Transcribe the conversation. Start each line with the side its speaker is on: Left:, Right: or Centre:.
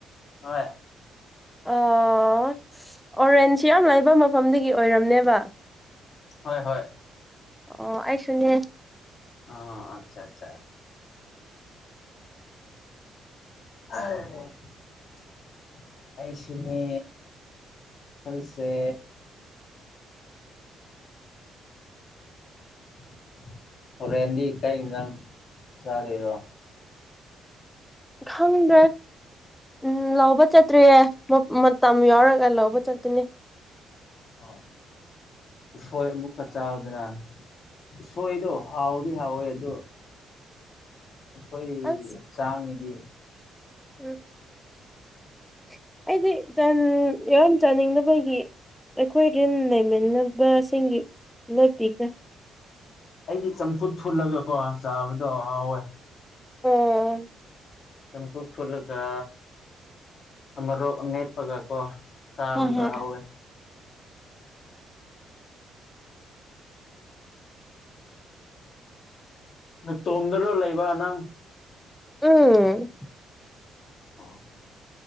Left: ꯇꯧꯔꯦ
Centre: ꯑꯣ ꯑꯣꯔꯦꯟꯆ ꯌꯥꯝ ꯂꯩꯕ ꯃꯐꯝꯗꯒꯤ ꯑꯣꯏꯔꯝꯅꯦꯕ
Left: ꯍꯣꯏ ꯍꯣꯏ
Centre: ꯑꯣ ꯑꯩꯁꯨ ꯅꯦ
Left: ꯑ ꯑꯆꯥ ꯆꯥ ꯍꯥꯏ ꯑꯩꯁꯨꯅꯦ ꯈꯔꯤꯁꯦ <inaudible> ꯍꯣꯔꯦꯟꯗꯤ ꯀꯩ ꯏꯟꯖꯥꯡ ꯆꯥꯗꯣꯏꯔꯣ
Centre: ꯈꯪꯗ꯭ꯔꯦ ꯎꯝ ꯂꯧꯕ ꯆꯠꯇ꯭ꯔꯤꯌꯦ ꯃꯇꯝ ꯌꯧꯔꯒ ꯂꯧꯕ ꯆꯠꯀꯅꯤ
Left: ꯑꯥ ꯎꯁꯣꯏ ꯑꯃꯨꯛꯀ ꯆꯥꯎꯗꯅ ꯎꯁꯣꯏꯗꯣ ꯍꯥꯎꯗꯤ ꯍꯥꯎꯋꯦ ꯗꯣ ꯑꯩꯈꯣꯏ
Centre: ꯑꯁ
Left: ꯆꯥꯡꯉꯗꯤ
Centre: ꯎꯝ <inaudible> ꯑꯩꯗꯤ ꯆꯟ ꯌꯥꯝ ꯆꯥꯅꯤꯡꯗꯕꯒꯤ ꯑꯩꯈꯣꯏ ꯔꯦꯟ ꯂꯩꯃꯤꯟꯅꯕꯁꯤꯡꯒꯤ ꯂꯣꯏ ꯄꯤꯈ꯭ꯔꯦ
Left: ꯑꯩꯗꯤ ꯆꯝꯐꯨꯠ ꯐꯨꯠꯂꯒꯀꯣ ꯆꯥꯕꯗꯣ ꯍꯥꯎꯋꯦ
Centre: ꯑꯣ
Left: ꯆꯐꯨꯠ ꯐꯨꯠꯔꯒ ꯃꯣꯔꯣꯛ ꯑꯃꯦꯠꯄꯒꯀꯣ ꯆꯥꯕꯗ
Centre: ꯍ ꯍꯣꯏ
Left: ꯍꯥꯎꯋꯦ ꯅꯇꯣꯝꯗꯔꯣ ꯂꯩꯕ ꯅꯪ
Centre: ꯎꯝ
Left: ꯑꯣ